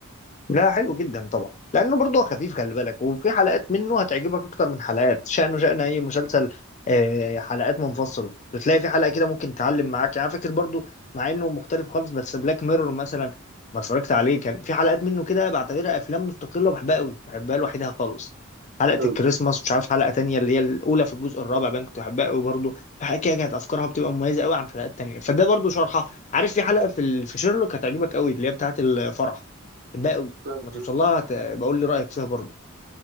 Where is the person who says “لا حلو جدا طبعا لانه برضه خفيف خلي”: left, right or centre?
Left